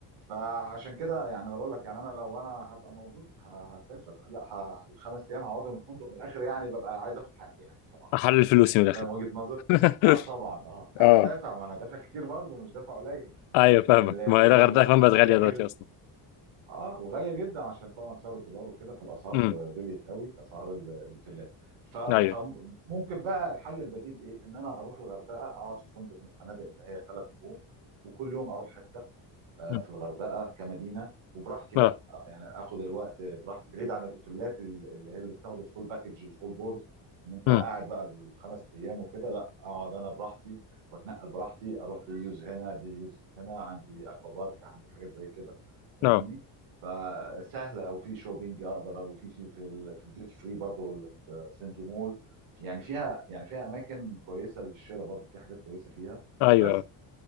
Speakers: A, on the right; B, on the left.
A: فعشان كده يعني انا بقول لك يعني انا لو انا هبقى موجود ه- هسافر لا ه... الخمس ايام هقعدهم في الفندق من الاخر يعني ببقى عايز اخد حقي يعني بصراحه
B: احلل فلوسي
A: يعني
B: من الاخر
A: فاهم وجهه نظر
B: <laughs>
A: اه طبعا اه انا
B: اه
A: دافع ما انا دافع كتير برضو مش دافع قليل
B: ايوه
A: ل...
B: فاهمك
A: ل...
B: ما هي الغردقه
A: ل...
B: كمان بقت غاليه
A: لكن
B: دلوقتي اصلا
A: اه وغاليه جدا عشان طبعا سعر الدولار وكده فالاسعار
B: امم
A: غليت قوي اسعار ال- الاوتيلات ف- فممكن
B: ايوه
A: بقى الحل البديل ايه ان انا اروح الغردقه اقعد في فندق من الفنادق اللي هي ثلاث نجوم وكل يوم اروح حته آه،
B: مم.
A: في الغردقه كمدينه وبراحتي بقى
B: اه
A: آه، يعني اخد الوقت براحتي بعيد عن الاوتيلات اللي هي اللي بتاخد الفول باكج الفول بورد ان انت
B: امم
A: قاعد بقى الخمس ايام وكده لا اقعد انا براحتي واتنقل براحتي اروح دي يوز هنا دي يوز هنا عندي اكوا بارك عندي حاجات زي كده فاهمني
B: اه
A: فسهله وفي شوبينج اقدر وفي شيء في ال في الديوتي فري برضه واللي في سينزو مول يعني فيها يعني فيها اماكن كويسه للشراء برضه في حاجات كويسه فيها
B: ايوه
A: بس